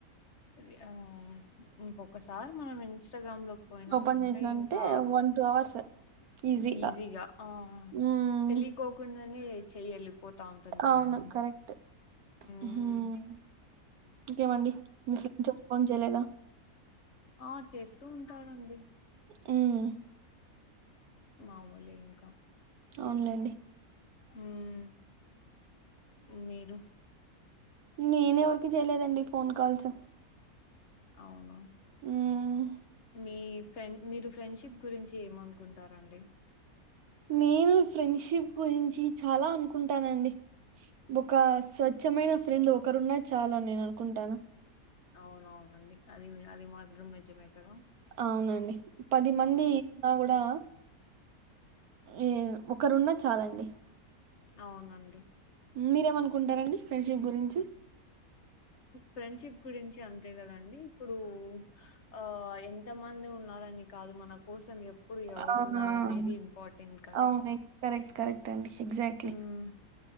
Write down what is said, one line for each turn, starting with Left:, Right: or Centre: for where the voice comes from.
Left: రీ ఆమ్ ఇంకొక్కసారి మనం ఇన్స్టాగ్రామ్ లో పోయినము
Right: ఓపెన్
Left: అంటే
Right: చేసినంటే
Left: ఇంకా
Right: వన్ టూ అవర్స్ ఈజీగా
Left: ఈజీగ ఆ
Right: హ్మ్
Left: తెలికోకుండనే చెయ్యలు పోతా ఉంటుంది కదండి
Right: అవును కరెక్ట్.
Left: ఉమ్
Right: హ్మ్. ఇంకేమండి మీ ఫ్రెండ్స్ ఫోన్ చేయలేదా
Left: ఆ చేస్తూ ఉంటానండి
Right: ఉమ్
Left: మామూలే ఇంకా
Right: అవునులే అండి
Left: ఉమ్ మీరు
Right: నేనెవరకి చేయలేదండి ఫోన్ కాల్స్
Left: అవును
Right: ఉమ్
Left: మీ ఫ్రెండ్ మీరు ఫ్రెండ్షిప్ గురించి ఏమనుకుంటారండి
Right: నేను ఫ్రెండ్షిప్ గురించి చాలా అనుకుంటానండి బొక స్వచ్ఛమైన ఫ్రెండ్ ఒకరున్నా చాలని నేను అనుకుంటాను
Left: అవునవునండి అది అది మాత్రం నిజమే కదా
Right: అవునండి పది మంది
Left: హ్మ్.
Right: ఉన్నా కూడా ఎ ఒకరున్న చాలండి
Left: అవునండి
Right: మీరేమనుకుంటారండి ఫ్రెండ్షిప్ గురించి
Left: ఫ్రెండ్షిప్ గురించి అంతే కదండి ఇప్పుడు ఆ ఎంత మంది ఉన్నారని కాదు మన కోసం ఎప్పుడు ఎవరున్నరనేది
Right: ఆ!
Left: ఇంపార్టెంట్ కదా
Right: అవును కరెక్ట్ కరెక్ట్ అండి ఎగ్జాక్ట్లీ
Left: ఉమ్మ్